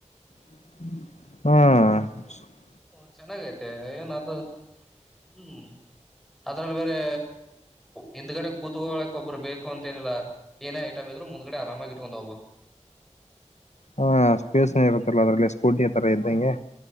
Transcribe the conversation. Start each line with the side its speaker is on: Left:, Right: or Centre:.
Left: ಹ್ಮ್
Centre: ಹ ಚೆನ್ನಾಗೈತೆ ಏನ ಅದು ಹ್ಮ್ ಅದ್ರಲ್ಲಿ ಬೇರೆ ಹಿಂದ್ಗಡೆ ಕೂತ್ಕೊಳ್ಳಕ್ ಒಬರು ಬೇಕು ಅಂತೇನಿಲ್ಲ ಏನೇ ಐಟಮ್ ಇ ಮುಂದಗಡೆ ಆರಾಮಾಗಿ ಇಟಗೊಂಡ ಹೋಗಬಹುದು
Left: ಹಾ ಸ್ಪೇಸ್ ಇರುತ್ತಲ್ಲ ಅದ್ರಲ್ಲಿ ಸ್ಕೂಟಿ ತರ ಇದ್ದಂಗೆ